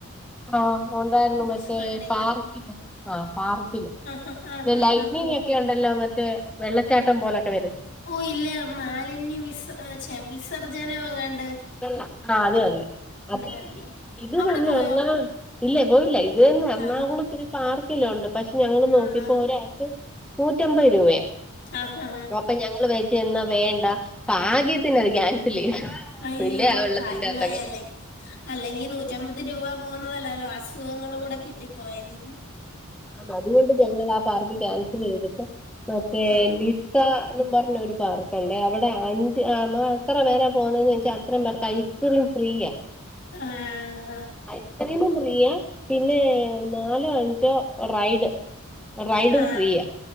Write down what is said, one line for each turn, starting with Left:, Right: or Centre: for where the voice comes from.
Centre: ആഹ ഉണ്ടായിരുന്നു
Left: ന്യൂസ്
Centre: മറ്റേ
Left: കണ്ടില്ല
Centre: പാർക്കില് ആ പാർക്കില്
Left: <unintelligible>
Centre: <unintelligible> ഒക്കെ ഉണ്ടല്ലോ മറ്റേ വെള്ളച്ചാട്ടം പോലൊക്കെ വരും
Left: ഓ ഇല്ല മാലിന്യ വിസെ വിസർജ്ജന വങ്ങാണ്ട്
Centre: വെള്ള ആ അതെ അതെ അപ്പൊ
Left: കണ്ട് കണ്ട്
Centre: ഇത്
Left: അവിടെ
Centre: തന്നെ
Left: പോയോ
Centre: <unintelligible> ഇല്ല പോയില്ല ഇത് തന്നെ എറണാകുളത്ത്
Left: ആ
Centre: ഒരു പാർക്കിലുണ്ട് പക്ഷെ ഞങ്ങള്ൾ
Left: ഉണ്ടോണ്ടാ
Centre: നോക്കിപ്പോ ഒരാൾക്ക് നൂറ്റമ്പത് രൂപയ
Left: ആഹ് ഹാ ഹാ
Centre: അപ്പൊ ഞങ്ങള് വെയിട്ടൊന്നും വേണ്ട ഭാഗ്യതിന് <unintelligible>
Left: അയ്യോ
Centre: പിന്നെ വെള്ളത്തിന്
Left: കാര്യമായി
Centre: <unintelligible>
Left: അല്ലേ അല്ലെങ്കി നൂറ്റമ്പത് രൂപ പോവുന്നതല്ലല്ലോ അസുഖങ്ങളും കൂടെ കിട്ടിപ്പോയേനെ
Centre: അതുകൊണ്ട് ഞങ്ങൾ ആ പാർക്ക് ക്യാൻസൽ ചെയ്തിട്ട് മറ്റേ
Left: ആ
Centre: ല എ <unintelligible> ന്നും പറഞ്ഞ ഒരു പാറ എന്റെ അവടെ അഞ്ച് ആ അത്ര പേരാ പോവുന്നന്ന് വെച്ചാൽ അത്രം പേർക്ക് ഐസ്ക്രീം ഫ്രീയാ
Left: ആ-അഹ്
Centre: ഐസ്ക്രീമും ഫ്രീയാ പിന്നെ നാലോ അഞ്ചോ റൈഡ് റൈഡും
Left: ആ ആ
Centre: ഫ്രീയ